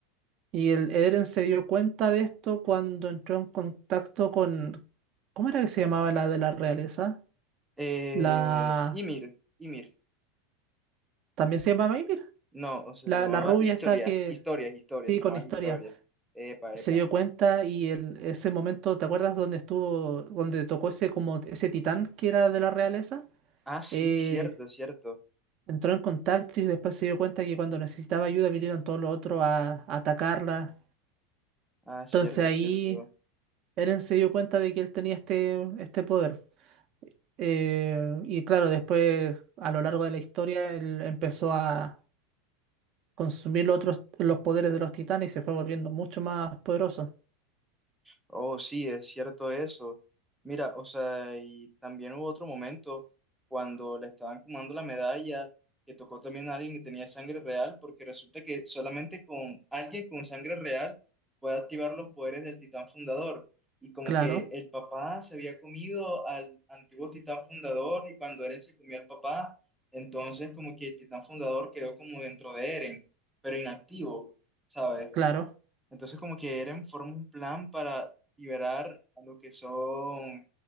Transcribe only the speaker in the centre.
Eh,
Ymir, Ymir,
no, o sea,
se llamaba
Historia,
Historia, Historia,
se
llamaba
Historia. Epa,
epa.
Ah, sí,
cierto, cierto.
Ah, cierto,
cierto.
Oh, sí, es cierto eso. Mira, o sea, y también hubo otro momento cuando le estaban comando la medalla, que tocó también a alguien que tenía sangre real, porque resulta que solamente con alguien con sangre real puede activar los poderes del titán fundador. Y como
que el papá se había comido al antiguo titán fundador y cuando Eren se comió al papá, entonces como que el titán fundador quedó como dentro de Eren, pero inactivo, ¿sabes?
Entonces, como que Eren forma un plan para liberar a lo que son,